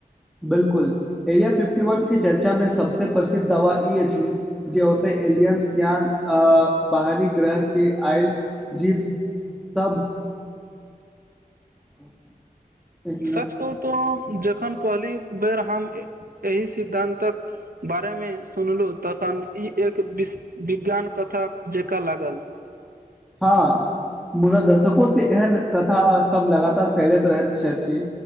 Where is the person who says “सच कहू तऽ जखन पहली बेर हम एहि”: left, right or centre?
Right